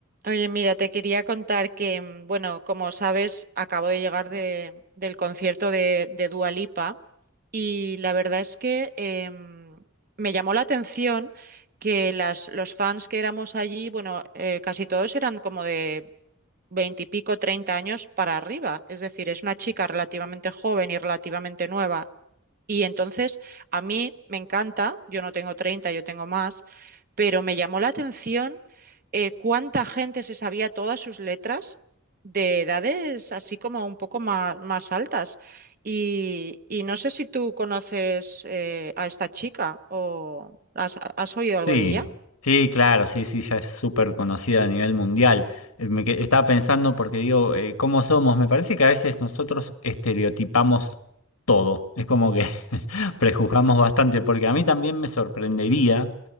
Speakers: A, on the right (about 40°); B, on the left (about 85°).
A: Oye, mira, te quería contar que, mm, bueno, como sabes, acabo de llegar de- del concierto de, de Dua Lipa y la verdad es que em, me llamó la atención que las, los fans que éramos allí, bueno, eh, casi todos eran como de veintipico, treinta años para arriba. Es decir, es una chica relativamente joven y relativamente nueva y entonces a mí me encanta, yo no tengo 30, yo tengo más, pero me llamó la atención eh, cuánta gente se sabía todas sus letras de edades así como un poco más, más altas. Y, y no sé si tú conoces eh, a esta chica o has, has oído algo
B: Sí,
A: de ella.
B: sí, claro, sí, sí, ya es súper conocida a nivel mundial. Eh, Me que- estaba pensando porque digo, eh, ¿cómo somos? Me parece que a veces nosotros estereotipamos todo. Es como que <laughs> prejuzgamos bastante, porque a mí también me sorprendería